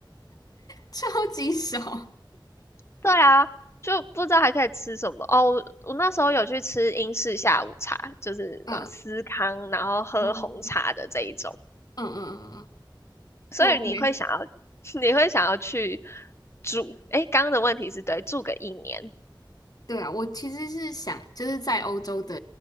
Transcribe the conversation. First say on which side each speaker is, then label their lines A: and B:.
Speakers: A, on the left (about 50°); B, on the left (about 30°).
A: 超级少，
B: 对啊，就不知道还可以吃什么哦。我我那时候有去吃英式下午茶，就是啊司康，
A: 嗯
B: 然后喝红茶的这一种，
A: 嗯嗯嗯嗯，嗯嗯
B: 所以你会想要
A: 不 OK。
B: <laughs> 你会想要去住，诶，刚刚的问题是对，住个一年。
A: 对啊，我其实是想，就是在欧洲的，